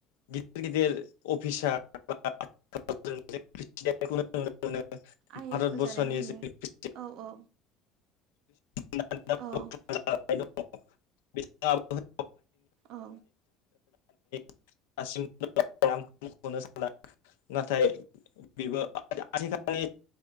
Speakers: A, on the left (about 65°); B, on the right (about 55°).
A: गिदिर गिदिर अफिसार एबा <unintelligible> खौ नुनो मोनो भारतबर्सनि
B: आइ एस फोर जानायफोरनो
A: <unintelligible>
B: औ औ
A: <unintelligible>
B: औ
A: जालांनाय दङ बिथाङाबो बै
B: औ
A: <unintelligible> दासिनो सान नाथाय बेबो आजिखानि